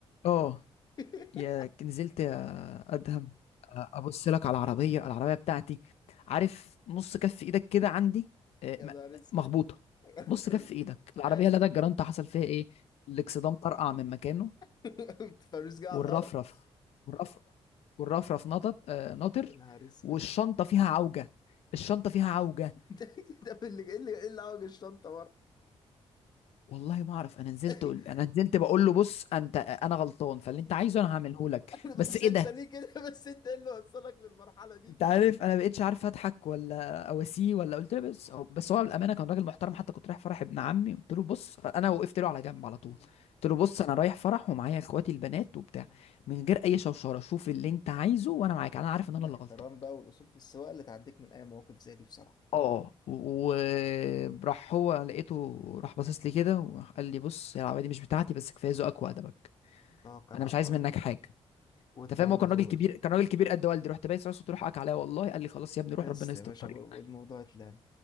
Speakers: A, on the left; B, on the left.
A: اه
B: <laughs>
A: يا نزلت يا ادهم ابص لك على العربيه العربيه بتاعتي عارف نص كف ايدك كده عندي آه،
B: يا
A: م-
B: نهار اسود
A: مخبوطه
B: <laughs> يا
A: نص
B: نهار
A: كف ايدك
B: أسود.
A: العربيه
B: حلو
A: لدى الجرانت حصل فيها ايه الاكسدام طرقع من مكانه
B: <laughs> فلوس جايه
A: والرفرف
B: على الارض
A: والرفرف والرفرف نطط آه، ناطر
B: يا نهار اسود
A: والشنطه
B: <laughs>
A: فيها عوجه الشنطه فيها عوجه
B: ده ده اللي ايه اللي إيه اللي عوج الشنطه ورا
A: والله ما اعرف انا نزلت
B: <laughs>
A: قل... انا نزلت بقول له بص انت انا غلطان فاللي انت عايزه انا هعمله لك
B: <laughs>
A: بس
B: بس
A: ايه
B: انت
A: ده
B: ليه كده <laughs> بس انت ايه اللي وصلك للمرحلة دي
A: انت عارف انا بقيتش عارف اضحك ولا اواسيه ولا قلت له بس هو بس هو بالامانه كان راجل محترم حتى كنت رايح فرح ابن عمي قلت له بص انا وقفت له على جنب على طول
B: مم.
A: قلت له بص انا رايح فرح ومعايا اخواتي البنات وبتاع
B: مم.
A: من غير اي شوشره شوف اللي انت عايزه وانا معاك انا عارف
B: الاحترام
A: ان انا اللي غلطان
B: بقى والاصول في السواقه اللي تعديك من اي مواقف زي دي بصراحه
A: اه وراح هو لقيته راح باصص لي كده وقال لي بص يا العبادي دي مش بتاعتي بس كفايه ذوقك وادبك
B: توكل
A: انا
B: على
A: مش
B: الله
A: عايز منك حاجه
B: واتلمت
A: انت فاهم هو كان راجل
B: ومشي
A: كبير كان راجل كبير قد والدي رحت بايس راسه
B: مم.
A: تروح اك عليا والله قال لي خلاص يا ابني
B: بس
A: روح ربنا يستر
B: يا باشا
A: الطريق.
B: والموضوع اتلم